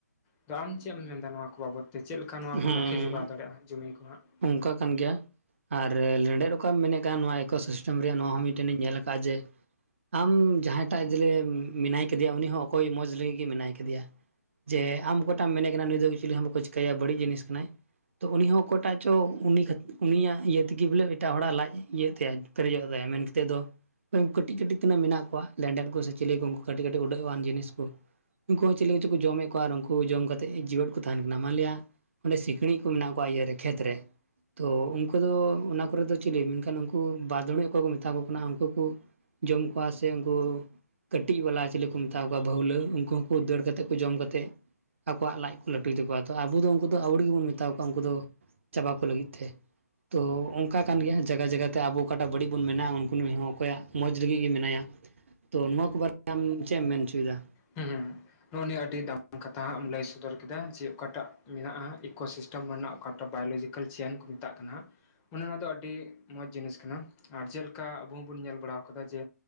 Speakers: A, on the left; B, on the right.
A: ᱟᱫᱚ ᱟᱢ ᱪᱮᱫ ᱮᱢ ᱢᱮᱱ ᱫᱟ ᱱᱚᱣᱟ ᱠᱚ ᱵᱟᱵᱚᱫ? ᱛᱮ ᱪᱮᱫ ᱞᱮᱠᱟ ᱱᱚᱣᱟ
B: ᱦᱮᱸ
A: ᱵᱚᱱ ᱨᱟᱹᱠᱷᱤ ᱡᱚᱜᱟᱣ ᱫᱟᱲᱮᱭᱟᱜᱼᱟ ᱡᱚᱢᱤ ᱠᱚ ᱦᱟᱸᱜ?
B: ᱚᱱᱠᱟ ᱠᱟᱱ ᱜᱮᱭᱟ ᱟᱨ ᱞᱮᱸᱰᱮᱫ ᱚᱠᱟᱢ ᱢᱮᱱᱮᱫ ᱠᱟᱱ ᱱᱚᱣᱟ ᱤᱠᱳ ᱥᱤᱥᱴᱮᱢ ᱨᱮᱭᱟᱜ ᱱᱚᱣᱟ ᱦᱚᱸ ᱢᱤᱫᱴᱮᱱ ᱤᱧ ᱧᱮᱞ ᱟᱠᱟᱜᱼᱟ ᱡᱮ, ᱟᱢ ᱡᱟᱦᱟᱸᱭ ᱴᱟᱜ ᱡᱮᱞᱮ ᱢᱮᱱᱟᱭ ᱠᱟᱫᱮᱭᱟ ᱩᱱᱤ ᱦᱚᱸ ᱚᱠᱚᱭ ᱢᱚᱡᱽ ᱞᱟᱹᱜᱤᱫ ᱜᱮ ᱢᱮᱱᱟᱭ ᱠᱟᱫᱮᱭᱟ᱾ ᱡᱮ ᱟᱢ ᱚᱠᱚᱭ ᱴᱟᱜ-ᱮᱢ ᱢᱮᱱᱮᱜ ᱠᱟᱱᱟ ᱱᱩᱭ ᱫᱚ ᱪᱤᱞᱤ ᱦᱚᱸ ᱵᱟᱠᱚ ᱪᱤᱠᱟᱹᱭᱟ ᱵᱟᱹᱲᱤᱡ ᱡᱤᱱᱤᱥ ᱠᱟᱱᱟᱭ᱾ ᱛᱚ ᱩᱱᱤ ᱦᱚᱸ ᱚᱠᱚᱭ ᱴᱟᱜ ᱪᱚ ᱩᱱᱤ ᱠᱷᱟᱛ, ᱩᱱᱤᱭᱟᱜ ᱤᱭᱟᱹ ᱛᱮᱜᱮ ᱵᱚᱞᱮ ᱮᱴᱟᱜ ᱦᱚᱲᱟᱜ ᱞᱟᱡ ᱤᱭᱟᱹᱜ ᱛᱟᱭᱟ᱾ ᱯᱮᱨᱮᱡᱚᱜ ᱛᱟᱭᱟ ᱢᱮᱱ ᱠᱟᱛᱮᱫ ᱫᱚ ᱠᱟᱹᱴᱤᱡ ᱠᱟᱹᱴᱤᱡ ᱛᱤᱱᱟᱹᱜ ᱢᱮᱱᱟᱜ ᱠᱚᱣᱟ ᱞᱮᱸᱰᱮᱫ ᱠᱚ ᱥᱮ ᱪᱮᱞᱮ ᱠᱚ ᱩᱱᱠᱩ ᱠᱟᱹᱴᱤᱡ ᱠᱟᱹᱴᱤᱡ ᱩᱰᱟᱹᱜ-ᱟᱱ ᱡᱤᱱᱤᱥ ᱠᱚ᱾ ᱩᱱᱠᱩ ᱦᱚᱸ ᱪᱤᱠᱤ ᱪᱚ ᱠᱚ ᱡᱚᱢᱮᱫ ᱠᱚᱣᱟ ᱟᱨ ᱩᱱᱠᱩ ᱡᱚᱢ ᱠᱟᱛᱮᱫ ᱡᱤᱣᱮᱫ ᱠᱚ ᱛᱟᱦᱮᱱ ᱠᱟᱱᱟ᱾ ᱟᱞᱮᱭᱟᱜ ᱚᱸᱰᱮ ᱥᱤᱠᱬᱤᱡ ᱠᱚ ᱢᱮᱱᱟᱜ ᱠᱚᱣᱟ ᱤᱭᱟᱹ ᱨᱮ, ᱠᱷᱮᱛ ᱨᱮ᱾ ᱛᱚ, ᱩᱱᱠᱩ ᱫᱚ ᱚᱱᱟ ᱠᱚᱨᱮ ᱫᱚ ᱪᱤᱞᱤ ᱢᱮᱱᱠᱷᱟᱱ ᱩᱱᱠᱩ ᱵᱟᱫᱲᱩᱡ ᱚᱠᱚᱭ ᱠᱚ ᱢᱮᱛᱟ ᱠᱚ ᱠᱟᱱᱟ ᱩᱱᱠᱩ ᱠᱚ᱾ ᱡᱚᱢ ᱠᱚᱣᱟ ᱥᱮ ᱩᱱᱠᱩ ᱠᱟᱹᱴᱤᱡ ᱵᱟᱞᱟ ᱪᱤᱞᱤ ᱢᱮᱛᱟ ᱠᱚᱣᱟ ᱵᱷᱟᱹᱣᱞᱟᱹ ᱩᱱᱠᱩ ᱦᱚᱸᱠᱚ ᱫᱟᱹᱲ ᱠᱟᱛᱮ ᱠᱚ ᱡᱚᱢ ᱠᱟᱛᱮ ᱟᱠᱚᱣᱟᱜ ᱞᱟᱡ ᱠᱚ ᱞᱟᱹᱴᱩᱭ ᱛᱟᱠᱚᱣᱟ᱾ ᱛᱚ ᱟᱵᱚ ᱫᱚ ᱩᱱᱠᱩ ᱫᱚ ᱟᱹᱣᱲᱤ ᱜᱮᱵᱚᱱ ᱢᱮᱛᱟ ᱠᱚᱣᱟ ᱩᱱᱠᱩ ᱫᱚ ᱪᱟᱵᱟ ᱠᱚ ᱞᱟᱹᱜᱤᱫ ᱛᱮ᱾ ᱛᱚ, ᱚᱱᱠᱟ ᱠᱟᱱ ᱜᱮᱭᱟ ᱡᱟᱭᱜᱟ ᱡᱟᱭᱜᱟ ᱛᱮ ᱟᱵᱚ ᱚᱠᱟ ᱴᱟᱜ ᱵᱟᱹᱲᱤᱡ ᱵᱚᱱ ᱢᱮᱱᱟ ᱩᱱᱠᱩ ᱦᱚᱸ ᱚᱠᱚᱭ ᱟᱜ ᱢᱚᱡᱽ ᱞᱟᱹᱜᱤᱫ ᱜᱮ ᱢᱮᱱᱟᱭᱟ᱾ ᱛᱚ, ᱱᱚᱣᱟ ᱠᱚ ᱵᱟᱨᱮᱛᱮ ᱟᱢ ᱪᱮᱫ ᱮᱢ ᱢᱮᱱ ᱦᱚᱪᱚᱭᱫᱟ?
A: ᱦᱩᱸ, ᱱᱚᱜ-ᱚ ᱱᱤᱭᱟᱹ ᱟᱹᱰᱤ ᱫᱟᱢᱟᱱ ᱠᱟᱛᱷᱟᱢ ᱞᱟᱹᱭ ᱥᱚᱫᱚᱨ ᱠᱮᱫᱟ ᱡᱮ, ᱚᱠᱟ ᱴᱟᱜ ᱢᱮᱱᱟᱜᱼᱟ ᱤᱠᱳ ᱥᱤᱥ ᱴᱮᱢ ᱢᱟᱱᱮ ᱚᱠᱟᱴᱟᱜ ᱵᱟᱭᱳᱞᱚᱡᱤᱠᱮᱞ ᱪᱮᱱ ᱠᱚ ᱢᱮᱛᱟᱜ ᱠᱟᱱᱟ᱾ ᱱᱚᱣᱟ ᱫᱚ ᱟᱹᱰᱤ ᱢᱚᱸᱡᱽ ᱡᱤᱱᱤᱥ ᱠᱟᱱᱟ ᱟᱨ ᱪᱮᱫ ᱞᱮᱠᱟ ᱟᱵᱚ ᱦᱚᱸ ᱵᱚᱱ ᱧᱮᱞ ᱵᱟᱲᱟᱣ ᱠᱟᱫᱟ ᱡᱮ,